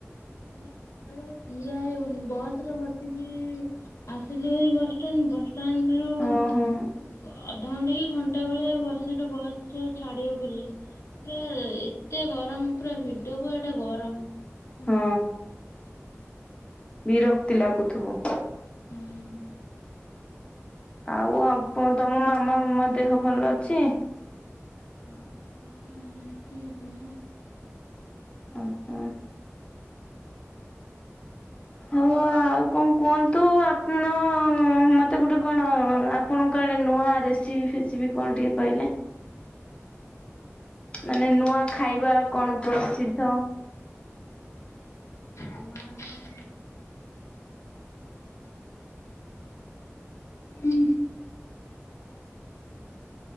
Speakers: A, on the left; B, on the left.
A: ମାନେ ଖରାରେ ଆଉ ଠିଆ ହେଇ ହଉନି ବସରେ ବସିକି ଆସିଲି ଭାରି ବସଷ୍ଟାଣ୍ଡ ବସଷ୍ଟାଣ୍ଡ ରୁ
B: ଓହୋ
A: ଅଧଘଣ୍ଟା କି ଘଣ୍ଟା ଭଳିଆ ବସ୍ ବସିଲୁ ବସ ଟେ ଛାଡିବ ବୋଲି ପୁରା ଏତେ ଗରମ ପୁରା ଭିଡକୁ ଆଡେ ଗରମ ହୁଁ।
B: ହଁ ବିରକ୍ତି ଲାଗୁଥିବ।
A: ହୁଁ।
B: ଆଉ ଆପ ତମ ମାମା ମାମା ଦେହ ଭଲ ଅଛି?
A: ହଁ ସମସ୍ତଙ୍କ ଭଲ ଅଛି ଦେହ।
B: ଓହୋ
A: ହ
B: ହଉ ଆଉ କଣ କୁହନ୍ତୁ ଆପଣ ମୋତେ ଗୋଟେ କଣ ଆପଣଙ୍କ ଆଡ଼େ ନୂଆ ରେସିପି ଫେ ସିପି କଣ ଟିକେ କହିଲେ? ମାନେ ନୂଆ ଖାଇବା କଣ ପ୍ରସିଦ୍ଧ?
A: ଆମ ଆଡେ ଆମ